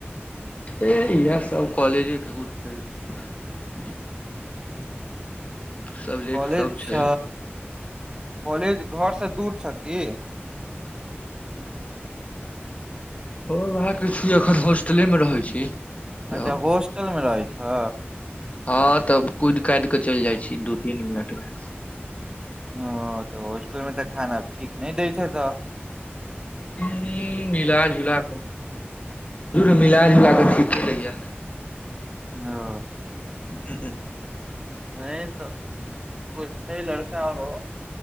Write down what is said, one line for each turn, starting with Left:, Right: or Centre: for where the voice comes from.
Left: इहे सब कॉलेजो <unintelligible>
Right: अ <inaudible>
Left: सब्जेक्ट
Right: कॉलेज
Left: सब छै
Right: छ कॉलेज घरसँ दूर छ की
Left: <unintelligible> ओहे छी अखन होस्टले मे रहै छी तऽ
Right: अच्छा होस्टल मे रहै छ
Left: हँ तब कुइद कैद कऽ चैल जाइ छी दू तीन मिनट मे
Right: ओ तऽ होॉस्टल मे तऽ खाना ठीक नै दैत हे तऽ
Left: <unintelligible> मिला जूला क धूर मिलाजुला क ठीके दैय
Right: ह
Left: ह <inaudible>
Right: नै तऽ एगो छै लड़का आरो